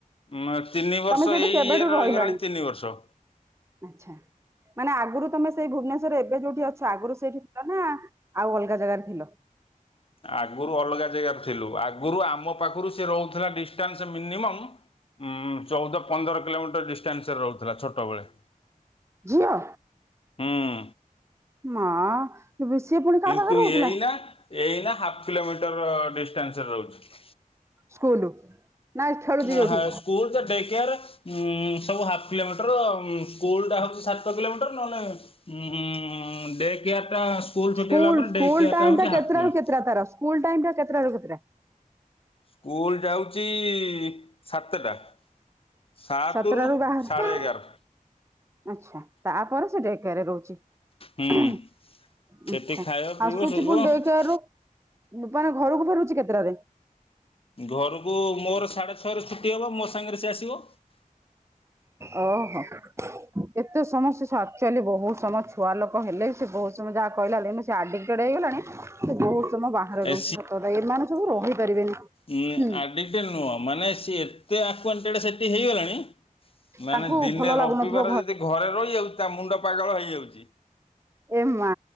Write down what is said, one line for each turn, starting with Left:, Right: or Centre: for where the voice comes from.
Left: ନା ତିନି ବର୍ଷ
Right: ତମେ ସେଠି
Left: ଏଇ
Right: କେବେଠୁ
Left: ଇଏର
Right: ରହିଲଣି?
Left: ରହିଗଲାଣି ତିନି ବର୍ଷ।
Right: ଆଚ୍ଛା ମାନେ ଆଗରୁ ତମେ ସେଇ ଭୁବନେଶ୍ଵରେ ଏବେ ଯୋଉଠି ଅଛ ଆଗରୁ ସେଇଠି ଥିଲ ନା। ଆଉ ଅଲଗା ଜାଗାରେ ଥିଲ?
Left: ଆଗରୁ ଅଲଗା ଜାଗାରୁ ଥିଲୁ ଆଗରୁ ଆମ ପାଖରୁ ସେ ରହୁଥିଲା ଡିଷ୍ଟାନ୍ସ ମିନିମମ୍ ହୁଁ ଚଉଦ ପନ୍ଦର କିଲୋମିଟର ଡିଷ୍ଟାନ୍ସରେ ରହୁଥିଲା ଛୋଟବେଳେ।
Right: ଝିଅ
Left: ହୁଁ
Right: ମା ଏବେ ସିଏ ପୁଣି କାହା
Left: କିନ୍ତୁ
Right: ପାଖରେ ରହୁଥିଲା?
Left: ଏଇନା ଏଇନା ହାଫ୍ କିଲୋମିଟର ଡିଷ୍ଟାନ୍ସରେ ରହୁଛି।
Right: ସ୍କୁଲ। ନା ଖେଳୁଛି ଯୋଉଠି?
Left: ଆ ହ ସ୍କୁଲ ଯେ ଡେକେୟାର। ଉଁ ସବୁ ହାଫ୍ କିଲୋମିଟର ସ୍କୁଲଟା ହଉଛି ସାତ କିଲୋମିଟର ନହେଲେ ଉଁ ହୁଁ ଡେ କେୟାରଟା ସ୍କୁଲ୍ ଛୁଟି
Right: ସ୍କୁଲ
Left: ହେଲା ପରେ
Right: ସ୍କୁଲ
Left: ଡେ କେୟାରଟା
Right: ଟାଇମ
Left: ହେଉଛି
Right: ଟା କେତେଟା
Left: ହାଫ୍ କିଲୋମିଟର।
Right: ରୁ କେତେଟା ଧର ସ୍କୁଲ ଟାଇମ ଟା କେତେଟାରୁ କେତେଟା?
Left: ସ୍କୁଲ ଯାଉଚି ସାତଟା। ସାତରୁ
Right: ସାତଟାରୁ ବାହାରେ
Left: ସାଢ଼େ ଏଗାର।
Right: ଆଚ୍ଛା ତାପରେ ସେ ଡେ କେୟାରେ ରହୁଛି।
Left: ହୁଁ
Right: ଆଚ୍ଛା
Left: ସେଠି ଖାଇବ ପିଇବ
Right: ଆସୁଛି
Left: ଶୋଇବ।
Right: ପୁଣି ଡେ କେୟାରୁ। ନୁପାନେ ଘରୁକୁ ଫେରୁଚ କେତେଟାରେ?
Left: ଘରକୁ ମୋର ସାଢ଼େ ଛଅରେ ଛୁଟି ହବ ମୋ ସାଙ୍ଗରେ ସେ ଆସିବ।
Right: ଓହୋ ଏତେ ସମୟ ସେ ଆକ୍ଚୁଆଲି ବହୁତ ସମୟ ଛୁଆ ଲୋକ ନେଲେ ସେ ବହୁତ ସମୟ ଯାହା କହିଲା। ସେ ଆଡିକଟେଡ ହେଇଗଲାଣି ସେ ବହୁତ ସମୟ ବାହାରେ
Left: ଏ
Right: ରହୁଛି ସତକଥା ଏମାନେ ସବୁ ରହିପାରିବେନି।
Left: ଇଏଁ
Right: ହୁଁ
Left: ଆଡ଼ିକଟେଡ଼ ନୁହଁ ମାନେ ସେ ଏତେ ଆକ୍ୟା୍ଟେଡେ ସେଠି ହେଇଗଲାଣି। ମାନେ
Right: ତାଙ୍କୁ
Left: ଦିନେ
Right: ଭଲ
Left: ରବିବାର
Right: ଲାଗୁନଥିବ
Left: ଯଦି ଘରେ ରହିଯାଉଚି ତା ମୁଣ୍ଡ ପାଗଳ ହେଇଯାଉଚି।
Right: ଏ ମା